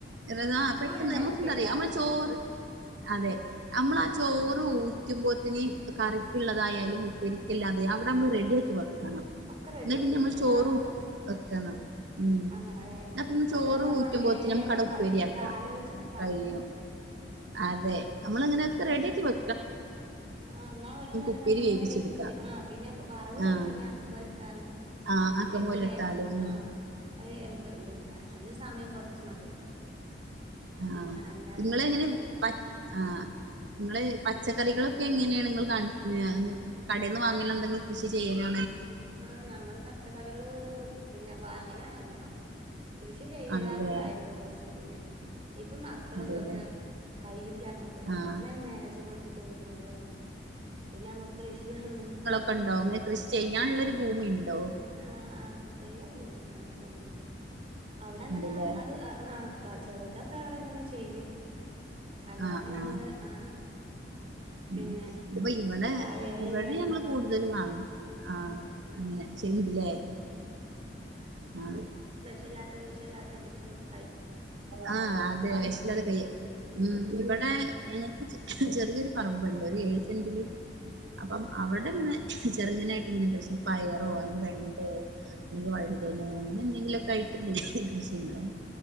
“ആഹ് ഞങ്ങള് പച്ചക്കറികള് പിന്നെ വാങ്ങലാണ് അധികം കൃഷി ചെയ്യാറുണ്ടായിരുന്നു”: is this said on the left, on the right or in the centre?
Right